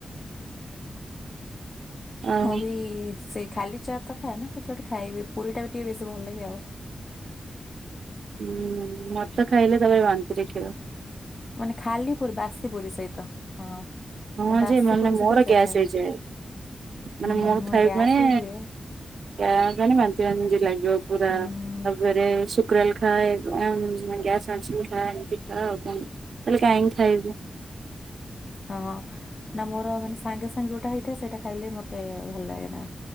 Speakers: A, on the right; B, on the left.
A: ଆଉ
B: ମୁଁ ବି ସେଇ ଖାଲି ଚା ତ ଖାଏନା କିଛି ଗୋଟେ ଖାଇବି ପୁରୀ ଟା ବି ଟିକେ ବେଶୀ ଭଲ ଲାଗେ ଆଉ।
A: ହୁଁ ମତେ ଖାଇଲେ ତାପରେ ବାନ୍ତି ଦେଖେଇବ।
B: ମାନେ ଖାଲି ପୁରୀ ବାସି ପୁରୀ ସହିତ। ହଁ।
A: ହଁ
B: ମାନେ ବାସି
A: ଯେ ମାନେ
B: ପୁରୀ
A: ମୋର
B: ସହିତ ଚା
A: ଗ୍ୟାସ୍
B: ଖାଏ।
A: ହେଇଯାଏ। ମାନେ
B: ହୁଁ
A: ମୋର ଖାଇବ
B: ଗ୍ୟାସ୍
A: ମାନେ
B: ବି ହୁଏ
A: ଗ୍ୟା ମାନେ ବାନ୍ତି ବାନ୍ତି ଲାଗିବ ପୁରା।
B: ହୁଁ
A: ତାପରେ ଶୁକ୍ରାଲ ଖାଏ ଗ୍ୟାସ ମେଡ଼ିସିନ ଖାଏ। ଏମିତି ଖା ଆଉ କଣ। ତାହେଲେ କାହିଁକି ଖାଇବି।
B: ହଁଁ ନା ମୋର ମାନେ ସାଙ୍ଗେ ସାଙ୍ଗେ ଯୋଉଟା ହେଇଥାଏ ସେଇଟା ଖାଇଲେ ମତେ ଭଲ ଲାଗେ ନା।